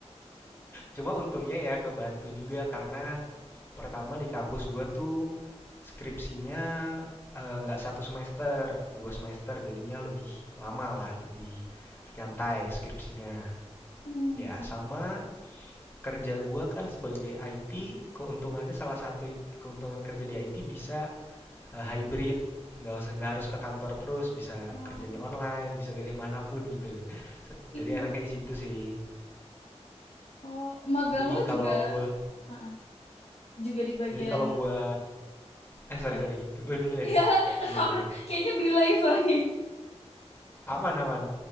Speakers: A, on the left; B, on the left.
A: cuma untungnya ya kebantu juga karena pertama di kampus gua tuh skripsinya eh, nggak satu semester, dua semester jadinya lebih lama lah, lebih nyantai skripsinya.
B: Hmm.
A: Ya, sama kerja gua kan sebagai IT, keuntungannya salah satu keuntungan kerja di IT bisa eh, hybrid nggak usah nggak harus ke kantor terus bisa
B: Ah,
A: kerjanya online bisa dari manapun gitu
B: iya.
A: jadi enaknya di situ sih
B: Oh, magang
A: jadi
B: lo
A: kalau
B: juga
A: gue,
B: ah, juga di bagian
A: jadi kalau gue, eh sorry
B: sorry.
A: sorry
B: <laughs>
A: lu dulu deh
B: Ya,
A: gimana gimana
B: kayaknya delay, sorry.
A: aman aman